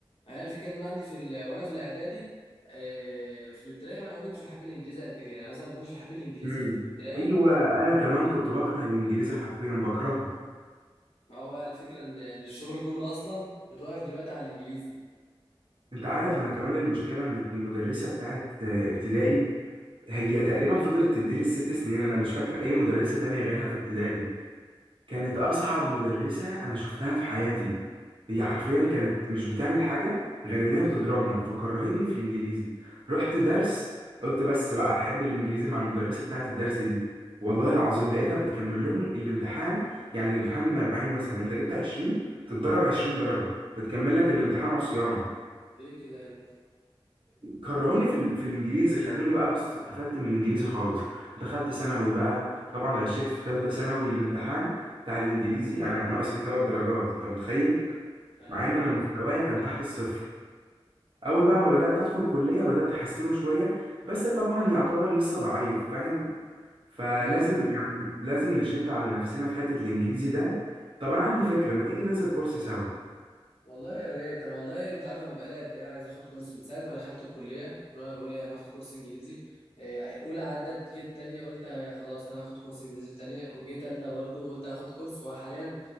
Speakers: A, on the left (about 80°); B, on the right (about 60°).
A: يعني انا الفكره ان انا عندي في ال... وانا في الاعدادي آه، في الابتدائي انا ما كنتش بحب الانجليزي قد كده يعني مثلا ما كنتش بحب الانجليزي
B: امم
A: في الابتدائي
B: ايوه انا كمان كنت بكره الانجليزي حرفيا بكرهه
A: ما هو بقى الفكره ان ان الشغل كله اصلا متوقف دلوقتي على الانجليزي
B: انت عارف انا كمان المشكله ان المدرسه بتاعت آه، ابتدائي هي تقريبا فضلت تديلي الست سنين انا مش فاكر اي مدرسه تانية غيرها في ابتدائي كانت أصعب مدرسة أنا شفتها في حياتي هي حرفيا كانت مش بتعمل حاجة غير إن هي بتضربنا فكرهتني في الإنجليزي رحت درس قلت بس بقى أحب الإنجليزي مع المدرسة بتاعة الدرس دي والله العظيم لقيتها بتكمل لهم الامتحان يعني الامتحان من 40 مثلا أنت جبت 20 تتضرب 20 درجة بتكمل لك الامتحان عصيان
A: ليه كده يا ابني
B: كرهوني في, ال... في الانجليزي خلوني بقى بص اتقفلت من الانجليزي خالص دخلت ثانوي بقى طبعا غشيت في ثالثه ثانوي الامتحان بتاع الانجليزي انا ناقص فيه ثلاث درجات انت متخيل
A: ايوه
B: مع ان انا مستوايا كان تحت الصفر اول بقى ما بدات ادخل كليه بدات احسنه شويه بس طبعا يعتبر لسه ضعيف فاهم فلازم
A: والله
B: يعني لازم نشد على نفسنا في حته الانجليزي ده طب انا عندي فكره ما تيجي ننزل كورس سوا
A: والله يا ريت انا والله انت عارف انا بقالي قد ايه عايز اخد كورس من ساعه ما دخلت الكليه وانا بقول ايه هناخد كورس انجليزي آه، اولى عدت كده تانية قلت آه، خلاص انا هاخد كورس انجليزي في تانية وجيت تالتة برضه قلت هاخد كورس وحاليا